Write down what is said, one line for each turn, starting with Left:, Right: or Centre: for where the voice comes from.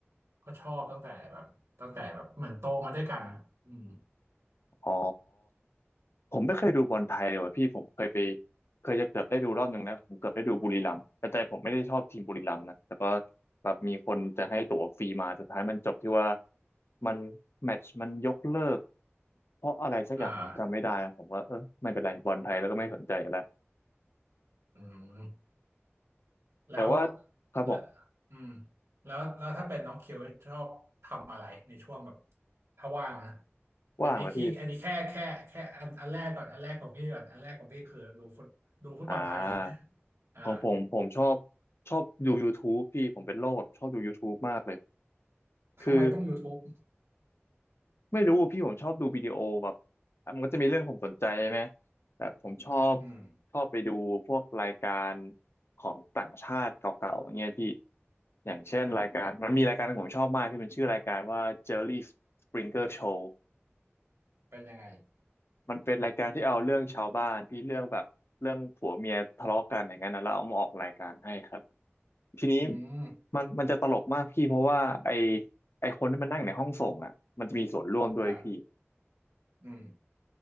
Right: ก็ชอบตั้งแต่แบบตั้งแต่แบบเหมือนโตมาด้วยกันอืม
Left: อ๋อ ผมไม่เคยดูบอลไทยเลยว่ะพี่ผมเคยไปเคยจะเกือบได้ดูรอบหนึ่งนะผมเกือบได้ดูบุรีรัมย์แต่ใจผมไม่ได้ชอบทีมบุรีรัมย์นะแต่ก็แบบมีคนจะให้ตั๋วฟรีมาสุดท้ายมันจบที่ว่ามันแมตช์มันยกเลิกเพราะอะไรสักอย่างผมจำไม่ได้แล้วผมว่าเออไม่เป็นไรบอลไทยแล้วก็ไม่สนใจแล้ว
Right: อ่าอืมแล้ว
Left: แต่ว่าครับผม
Right: แล้วอืมแล้วแล้วถ้าเป็นน้องเคียวชอบทำอะไรในช่วงแบบถ้าว่างนะ
Left: ว่างแล้วพี่
Right: อันนี้พี่อันนี้แค่แค่แค่อันอันแรกก่อนอันแรกของพี่ก่อนอันแรกของพี่คือดูฟุตดูฟุตบอลไทย
Left: อ่า
Right: อ่า
Left: ของผมผมชอบชอบดู YouTube พี่ผมเป็นโรคแบบชอบดู YouTube มากเลยคือ
Right: ทำไมต้อง YouTube
Left: ไม่รู้พี่ผมชอบดูวิดีโอแบบมันก็จะมีเรื่องผมสนใจใช่ไหมแต่ผมชอบ
Right: อืม
Left: ชอบไปดูพวกรายการของต่างชาติเก่าๆงเงี้ยพี่อย่างเช่นรายการมันมีรายการที่ผมชอบมากพี่มันชื่อรายการว่า
Right: อืม
Left: Jerry Springer Show
Right: เป็นยังไง
Left: มันเป็นรายการที่เอาเรื่องชาวบ้านพี่เรื่องแบบเรื่องผัวเมียทะเลาะกันอย่างนั้นนะแล้วเอามาออกรายการให้ครับทีนี้
Right: อืม
Left: มันมันจะตลกมากพี่เพราะว่าไอไอคนที่มันนั่งในห้องส่งอ่ะมันจะมีส่วนร่วมด้วยพี่
Right: อ่าอืม